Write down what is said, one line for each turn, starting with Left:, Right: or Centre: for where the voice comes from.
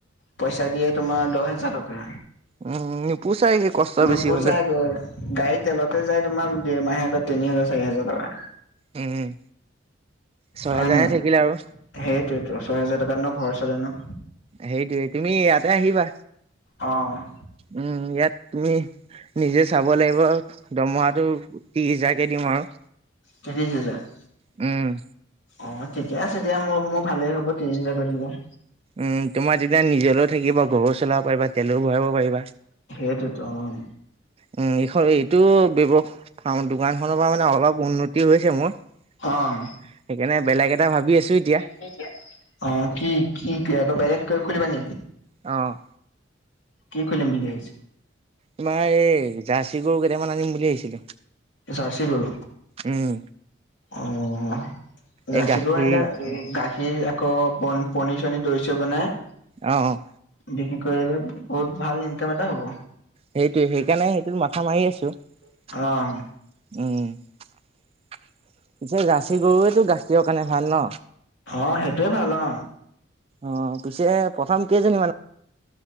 Left: পইচা দিয়ে তোমাৰ দহ হেজাৰ টকা।
Right: উম। <unintelligible> পুচাই সেই কষ্ট।
Left: নুপুচাই
Right: বেছি হ'লে
Left: গৈ গাড়ী তেলতে যাই তোমাৰ দেৰ মাহে তিনি হেজাৰ চাৰি হেজাৰ টকা।
Right: উম। ছহেজাৰহে
Left: হয় ন
Right: থাকিলে আৰু।
Left: সেইটোৱেটো ছয় হেজাৰ টকাত ন ঘৰ চলে নো।
Right: সেইটোয়ে তুমি ইয়াতে আহিবা।
Left: অ'।
Right: উম ইয়াত তুমি নিজে চাব লাগিব দৰমহাটো। ত্ৰিছ হেজাৰ কে দিম আৰু।
Left: ত্ৰিছ হেজাৰ।
Right: উম।
Left: অ ঠিকে আছে দিয়া মোৰ মোৰ ভালেই হ'ব ত্ৰিশ হাজাৰকৈ দিলে।
Right: উম তোমাৰ তেতিয়া নিজেলৈও থাকিবা ঘৰো চলাব। পাৰিবা তেলো ভৰাব পাৰিবা।
Left: সেইটোতো অ'।
Right: উম, এইখন এইটো ব্যৱ ফাউণ্ডটো। দোকানখনৰ পৰা মানে অলপ উন্নতি হৈছে মোৰ সেইকাৰণে
Left: অ'
Right: বেলেগ এটা ভাবি আছো এতিয়া।
Left: থিক কে অ কি কি আকৌ বেলেগ খুলিবা নেকি?
Right: অ'
Left: কি খুলিম মিলি ভাবিছ?
Right: তোমাৰ এই জাৰ্চি গৰু কেইটামান আনিম বুলি ভাবিছিলোঁ।
Left: জাৰ্চি গৰু
Right: উম,
Left: অ' জাৰ্চি
Right: এই গাখীৰ
Left: গৰু আনিলে। গাখীৰ আকৌ পনী পনী চনী দৈ চৈ বনাই।
Right: অ' অ'
Left: বিক্ৰী কৰিলে বহুত ভাল ইনকাম এটা হ'ব।
Right: সেইটোয়ে সেইকাৰণে সেইটো মাথা মাৰি আছোঁ। উম,
Left: অ',
Right: পিছে জাৰ্সি গৰুৱেতটো গাখীৰৰ কাৰণে ভাল ন?
Left: অ, সেইটোয়ে ভাল অ,।
Right: অ' পিছে। প্ৰথম কেইজনী।